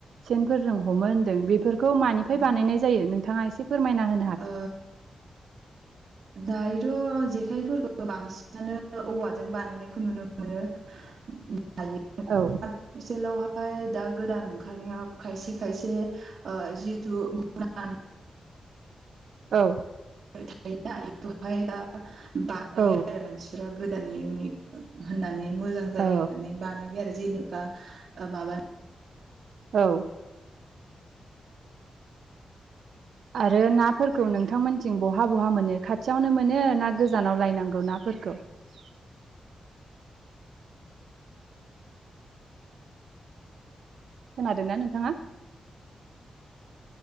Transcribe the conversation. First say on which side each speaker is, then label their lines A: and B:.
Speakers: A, on the right; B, on the right.
A: सेनफोरजों हमो होन्दों बेफोर खौ मानिफ्राय
B: ओ
A: बानायनाय जायो नोंथाङा एसे फोरमायना हो
B: ओ दायोथ' जेखाइफोरखौ बांसिनानो औवाजों बानायनायखौ नुनो मोनो । <unintelligible>
A: औ
B: आर्टिफिसिलावहाय दा गोदान ओंखारनायाव खायसे खायसे ओ जिथु गुना
A: औ
B: <unintelligible> बाहायो आरो
A: औ
B: मानसिफ गोदानै इउनिक । होननानै मोजां जायो
A: औ
B: होननानै बानायो आरो जेनेबा ओ माबा
A: औ आरो नाफोरखौ नोंथांमोनथिं बहा बहा मोनो खाथियावनो मोनो ना गोजानाव लायनांगौ नाफोरखौ । खोनादोंना नोंथाङा